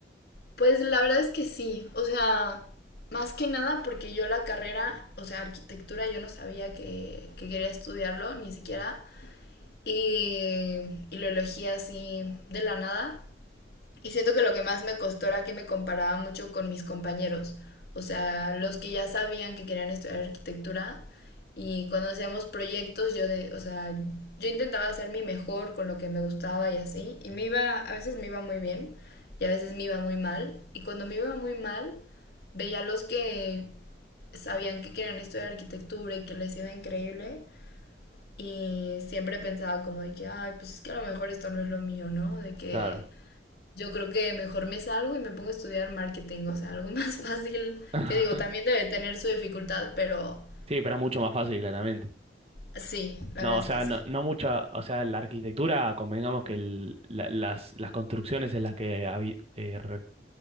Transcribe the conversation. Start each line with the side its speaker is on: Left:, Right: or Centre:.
Left: Pues la verdad es que sí, o sea, más que nada porque yo la carrera, o sea, arquitectura, yo no sabía que, que quería estudiarlo, ni siquiera, y, y lo elegí así de la nada. Y siento que lo que más me costó era que me comparaba mucho con mis compañeros, o sea, los que ya sabían que querían estudiar arquitectura y cuando hacíamos proyectos yo de, o sea, yo intentaba hacer mi mejor con lo que me gustaba y así, y me iba, a veces me iba muy bien y a veces me iba muy mal, y cuando me iba muy mal veía a los que sabían que querían estudiar arquitectura y que les iba increíble y siempre pensaba como de que, ay, pues es que a lo mejor esto no es lo mío, ¿no? De que
Right: Claro.
Left: yo creo que mejor me salgo y me pongo a estudiar marketing, o sea, algo <laughs> más fácil,
Right: <clears throat>
Left: que digo,
Right: <laughs>
Left: también debe tener su dificultad, pero
Right: Sí, pero es mucho más fácil, claramente.
Left: sí, la
Right: No,
Left: verdad
Right: o
Left: es
Right: sea,
Left: que sí,
Right: no, no mucha, o sea, la arquitectura, convengamos que el- la- las, las construcciones en las que habi- eh, re-